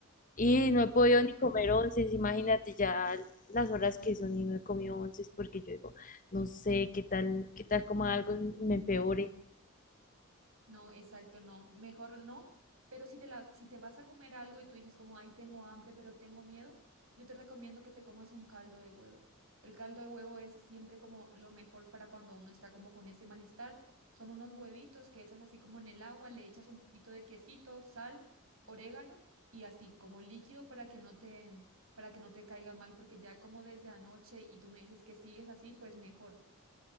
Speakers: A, on the left (about 35°); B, on the right (about 65°).
A: Y no he podido
B: Ok.
A: ni comer onces, imagínate ya las horas que son y no he comido onces porque yo digo, no sé qué tal, qué tal coma algo y me empeore.
B: No, exacto, no. Mejor no, pero si te la, si te vas a comer algo y tú dices como, ay, tengo hambre, pero tengo miedo, yo te recomiendo que te comas un caldo de huevo. El caldo de huevo es siempre como lo mejor para cuando uno está como con ese malestar. Son unos huevitos que echas así como en el agua, le echas un poquito de quesito, sal, orégano y así como líquido para que no te, para que no te caiga mal, porque ya como desde anoche y tú me dices que sigues así, pues mejor.